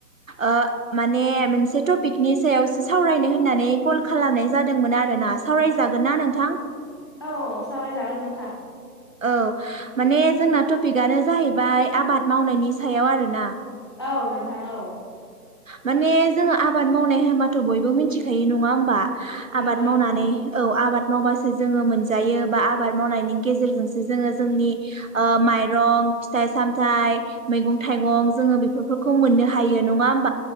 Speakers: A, on the right; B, on the left.
A: ओ माने मोनसे टपिकनि सायाव सो सावरायनो होननानै कल खालामनाय जादोंमोन आरो ना। सावरायजागोन ना नोंथां?
B: औ सावरायजागोन नोंथां।
A: औ। माने जोंना टपिकआनो जाहैबाय आबाद मावनायनि सायाव आरो ना।
B: औ नोंथां औ।
A: माने जोङो आबाद मावनाय होनबाथ' बयबो मिथिखायो नङा होमबा?
B: नंगौ
A: आबाद
B: नोंथां
A: मावनानै औ आबाद मावबासो जोङो मोनजायो बा आबाद मावनायनि गेजेरजोंसो जोङो जोंनि ओ माइरं फिथाइ सामथाइ मैगं थाइगं जोङो बेफोरफोखौ मोननो हायो नङा होम